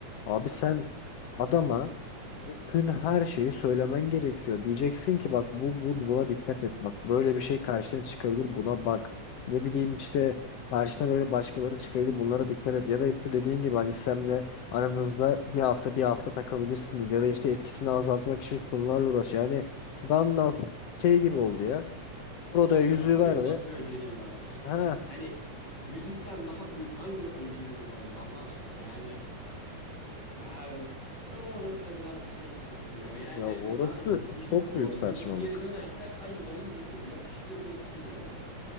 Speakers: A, on the left (about 60°); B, on the left (about 30°).
A: Abi sen adama Tüm her şeyi söylemen gerekiyor. Diyeceksin ki bak bu, bu buna dikkat et bak böyle bir şey karşına çıkabilir buna bak. Ne bileyim işte karşına böyle başkaları çıkabilir bunlara dikkat et. Ya da işte dediğin gibi hani Sem'le aranızda bir hafta bir hafta takabilirsiniz. Ya da işte etkisini azaltmak için sunularla uğraş. Yani Gandalf şey gibi oldu ya. Frodo'ya yüzüğü
B: Ya daha
A: verdi.
B: büyük nasıl bir önceliğin olabilir?
A: Ha
B: Yani yüzükten daha büyük hangi önceliğin olabilir Allah aşkına? Yani ya, e, orası da birazcık şey hissettiriyor. Yani
A: ya orası
B: abi yüzük
A: çok
B: bu.
A: büyük
B: Yüzük
A: saçmalık.
B: geri dönerse ayvayı yedin. Yapıştır geçsin yani.